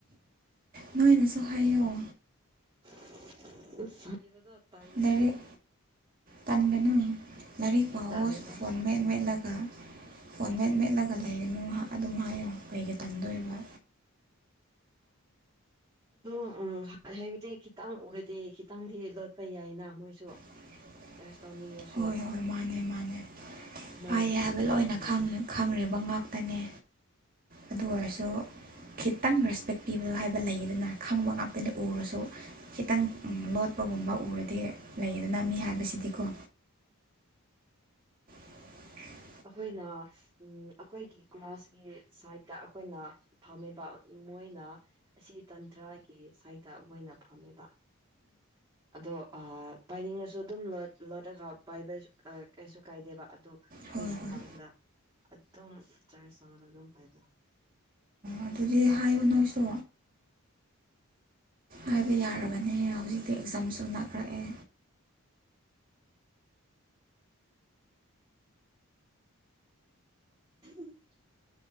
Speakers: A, on the right; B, on the right.
A: ꯅꯣꯏꯅꯁꯨ ꯍꯥꯏꯌꯣ
B: <unintelligible> ꯕꯗꯣ ꯇꯜꯂꯦ
A: ꯂꯥꯏꯔꯤꯛ ꯇꯟꯒꯅꯨ
B: ꯍꯧꯖꯤꯛꯇꯤ
A: ꯂꯥꯏꯔꯤꯛ ꯄꯥꯑꯣ
B: ꯇꯜꯂꯦꯗ
A: ꯐꯣꯟ ꯃꯦꯠ ꯃꯦꯠꯂꯒ ꯐꯣꯟꯠ ꯃꯦꯠ ꯃꯦꯠꯂꯒ ꯂꯩꯒꯅꯨ ꯑꯗꯨꯝ ꯍꯥꯏꯌꯨ ꯀꯩꯒꯤ ꯇꯟꯗꯣꯏꯕ
B: ꯑꯗꯨ ꯎꯝ ꯍꯥꯏꯕꯗꯤ ꯈꯤꯇꯪ ꯎꯔꯗꯤ ꯈꯤꯇꯪꯗꯤ ꯂꯣꯠꯄ ꯌꯥꯏꯅ ꯃꯣꯏꯁꯨ
A: <inaudible>
B: ꯆꯥꯔꯖ ꯇꯧꯅꯤꯡꯉꯁꯨ
A: ꯍꯣꯏ ꯍꯣꯏ ꯃꯥꯅꯦ ꯃꯥꯅꯦ
B: ꯑꯗꯨꯃꯥꯏꯅ
A: ꯄꯥꯏ
B: ꯇꯧꯗꯦꯕ
A: ꯍꯥꯏꯕ ꯂꯣꯏꯅ
B: ꯃꯣꯏꯗꯣ
A: ꯈꯪꯉꯦ ꯈꯪꯔꯤꯕ ꯉꯥꯛꯇꯅꯦ ꯑꯗꯨ ꯑꯣꯏꯔꯁꯨ ꯈꯤꯇꯪ ꯔꯦꯁꯄꯦꯛ ꯄꯤꯕ ꯍꯥꯏꯕ ꯂꯩꯗꯅ ꯈꯪꯕ ꯉꯥꯛꯇꯅꯤ ꯎꯔꯁꯨ ꯈꯤꯇꯪ ꯂꯣꯠꯄꯒꯨꯝꯕ ꯎꯔꯗꯤ ꯂꯩꯗꯅ ꯃꯤ ꯍꯥꯏꯕꯁꯤꯗꯤꯀꯣ <inaudible>
B: ꯑꯩꯈꯣꯏꯅ ꯎ ꯑꯩꯈꯣꯏꯒꯤ ꯒ꯭ꯂꯥꯁꯀꯤ ꯁꯥꯏꯠꯇ ꯑꯩꯈꯣꯏꯅ ꯐꯝꯃꯤꯕ ꯃꯣꯏꯅ ꯑꯁꯤ ꯇꯟꯇ꯭ꯔꯒꯤ ꯁꯥꯏꯠꯇ ꯃꯣꯏ ꯑꯣꯏꯅ ꯐꯝꯃꯦꯕ ꯑꯗꯣ ꯄꯥꯏꯅꯤꯡꯉꯁꯨ ꯑꯗꯨꯝ ꯂꯣꯠꯂꯒ ꯄꯥꯏꯕ ꯀꯩꯁꯨ ꯀꯥꯏꯗꯦꯕ ꯑꯗꯣ ꯑꯩꯈꯣꯏꯒꯤ
A: ꯍꯣꯏ ꯍꯣꯏ
B: ꯃꯥꯡꯗ ꯑꯗꯨꯝ ꯆꯔ ꯆꯥꯅ ꯑꯗꯨꯝ ꯄꯥꯏꯗ
A: ꯑꯗꯨꯗꯤ ꯍꯥꯏꯌꯨ ꯅꯣꯏꯁꯨ ꯍꯥꯏꯕ ꯌꯥꯔꯕꯅꯦ ꯍꯧꯖꯤꯛꯇꯤ ꯑꯦꯛꯖꯥꯝꯁꯨ ꯅꯛꯔꯛꯑꯦ
B: <inaudible>